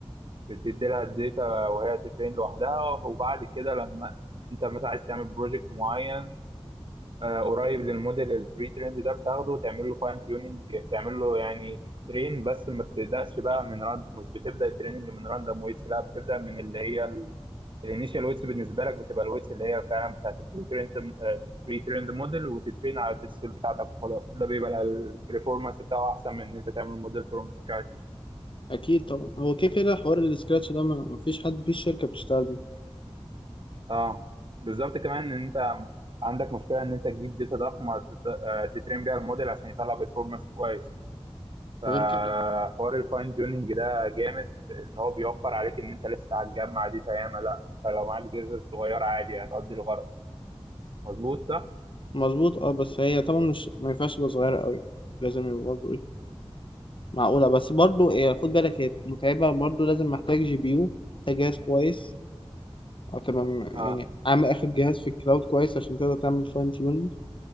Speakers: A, on the right; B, on the left.
A: بتدي لها الداتا وهي تترين لوحدها وبعد كده لما انت مثلا عايز تعمل بروجكت معين آه، قريب للموديل البري تريند ده بتاخده وتعمل له فاين تيوننج تعمل له يعني ترين بس ما بتبداش بقى من راند مش بتبدا التريننج من راندوم ويتس لا بتبدا من اللي هي الانيشال ويتس بالنسبه لك بتبقى الويتس اللي هي فعلا بتاعت البري تريند بري تريند موديل وتترين على الداتا بتاعتك وخلاص ده بيبقى البرفورمانس بتاعه احسن من ان انت تعمل موديل فروم سكراتش
B: اكيد طبعا هو كده كده حوار السكراتش ده ما ما فيش حد في الشركه بتشتغل بيه
A: اه بالظبط كمان ان انت عندك مشكله ان انت تجيب داتا ضخمه تت- آه، تترين بيها الموديل عشان يطلع بيرفورمانس كويس فحوار
B: وغير كده
A: الفاين تيوننج ده جامد ان هو بيوفر عليك ان انت لسه هتجمع داتا ياما لا انت لو معاك داتا صغيره عادي هتقضي الغرض مظبوط صح؟
B: مظبوط اه بس هي طبعا مش ما ينفعش تبقى صغيرة قوي لازم يبقى برضه ايه معقولة بس برضه إيه خد بالك هي متعبة برضه لازم محتاج جي بي يو محتاج جهاز كويس او تبقى م-
A: اه
B: يعني عامل اخد جهاز في الكلاود كويس عشان تقدر تعمل فاين تيوننج